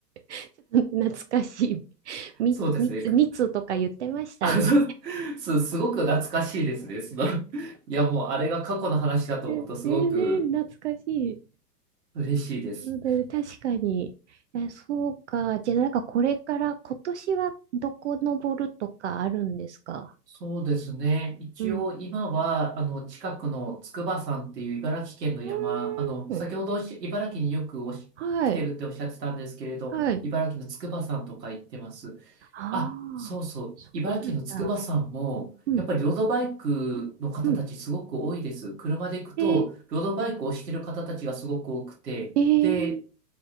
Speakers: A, on the right; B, on the right.
A: ちょっと懐かしい。み密、
B: そうですね。く
A: 密とか言ってましたね。
B: あそう、そうすごく懐かしいですね。その、いやもうあれが過去の話だと思うとすごく
A: え、えね、懐かしい。
B: 嬉しいです。
A: なので確かに。いやそうか。じゃあ、なんかこれから今年はどこ登るとかあるんですか
B: そうですね。一応今は、
A: うん。
B: あの、近くの筑波山っていう茨城県の山、
A: う
B: あの、先ほどおし茨城によくおし来てるっておっしゃってたんですけれど、
A: ーん。はい。はい。
B: 茨城の筑波山とか行ってます。
A: あ
B: あ、そうそう。
A: あ、そうなんだ。
B: 茨城の筑波山も、
A: うん。
B: やっぱりロードバイクの方たちすごく多いです。
A: うん。
B: 車で行くと、
A: えー、
B: ロードバイクをしてる方たちがすごく多くて、
A: えー、
B: で、